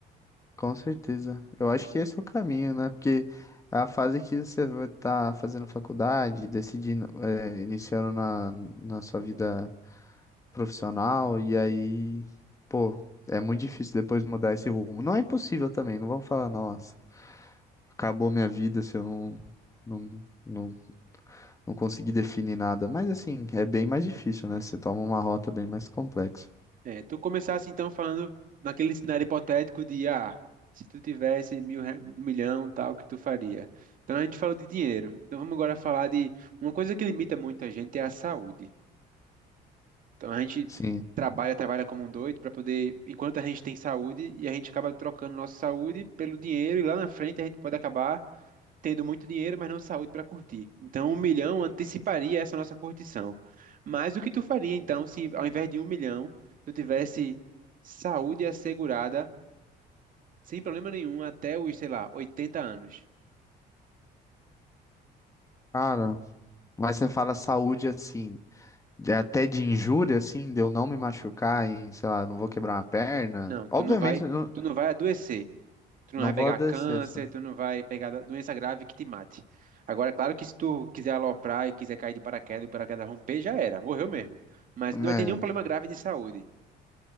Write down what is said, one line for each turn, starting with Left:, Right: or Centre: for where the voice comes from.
Left: Com certeza. Eu acho que esse é o caminho, né? Porque é a fase que você vai estar fazendo faculdade, decidindo, é, iniciando na, na sua vida profissional, e aí, pô, é muito difícil depois mudar esse rumo. Não é impossível também, não vamos falar, nossa, acabou minha vida se eu não, não, não, não conseguir definir nada. Mas assim, é bem mais difícil, né? Você toma uma rota bem mais complexa.
Right: É, tu começasse então falando naquele cenário hipotético de, ah, se tu tivesse mil, re- um milhão, tal, o que tu faria? Então a gente falou de dinheiro. Então vamos agora falar de uma coisa que limita muito a gente é a saúde. Então a gente
Left: Sim.
Right: trabalha, trabalha como um doido para poder, enquanto a gente tem saúde, e a gente acaba trocando nossa saúde pelo dinheiro, e lá na frente a gente pode acabar tendo muito dinheiro, mas não saúde para curtir. Então, um milhão anteciparia essa nossa curtição. Mas o que tu faria, então, se ao invés de um milhão, tu tivesse saúde assegurada, sem problema nenhum, até os, sei lá, 80 anos?
Left: Cara, mas você fala saúde assim. de- até de injúria, assim, de eu não me machucar e, sei lá, não vou quebrar uma perna.
Right: Não, tu
Left: Obviamente,
Right: não vai,
Left: eu não,
Right: tu não vai adoecer. Tu não
Left: não
Right: vai pegar
Left: vou ADC,
Right: câncer,
Left: só.
Right: tu não vai pegar da- doença grave que te mate. Agora, claro que se tu quiser aloprar e quiser cair de paraquedas e o paraquedas romper, já era, morreu mesmo. Mas
Left: Né?
Right: não vai ter nenhum problema grave de saúde.